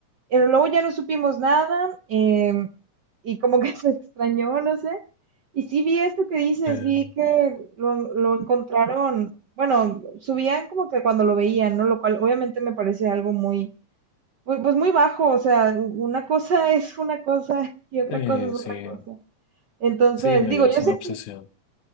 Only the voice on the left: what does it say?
sí
eh,
sí,
sí, no,
ya
es una
obsesión.